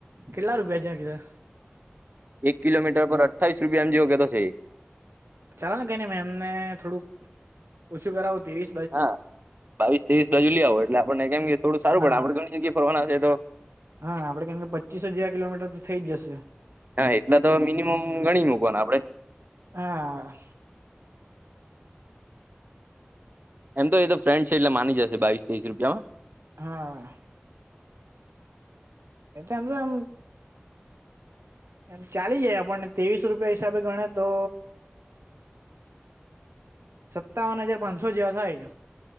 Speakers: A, on the right; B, on the right.
A: કેટલા રૂપિયા છે કીધા
B: એક કિલોમીટર પર અઠ્ઠીસ રૂપિયા એમ જેવો કતો છે.
A: ચાલો ને કઈ ન મેં અમને થોડુંક ઓછું કરાવું તેવી
B: હા બાવીસ ત્રેવીસ બાજુ લે આવો એટલે આપણને કેમ કે થોડું સારું
A: હા
B: પડે આપણે ઘણી જગ્યાએ ફરવાના છે તો
A: હા આપડે કેમ કે પચીસ હજાર કિલોમીટર તો થઈ જશે
B: હા એટલા તો મિનિમમ ઘણી મૂકવાના આપણેે
A: હા
B: એમ તો એ તો ફ્રેડ છે એટલે માની જશે બાવીસ ત્રેવીસ રૂપિયામાં
A: હા એ તંત આમ એમ ચાલી જાય આપણને ત્રેવીસ રૂપિયા હિસાબે ગણે તો સત્તાવન હજાર પાંચસો જેવા થાય